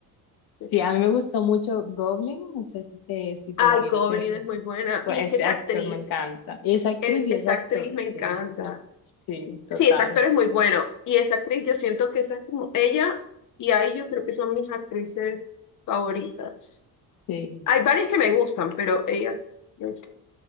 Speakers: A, on the left (about 55°); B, on the left (about 70°).
A: <laughs>
B: Sí, a mí me gustó mucho Goblin, no sé si te, si te
A: Ay,
B: la viste,
A: Goblin
B: pero
A: es muy buena.
B: con
A: Y
B: ese
A: es que esa
B: actor
A: actriz,
B: me encanta. Y esa actriz
A: e-
B: y
A: esa
B: ese actor,
A: actriz me
B: sí,
A: encanta.
B: sí, total.
A: Sí, ese actor es muy bueno. Y esa actriz, yo siento que esa es como ella y ahí yo creo que son mis actrices favoritas.
B: Sí,
A: Hay varias que me gustan, pero ellas me gustan.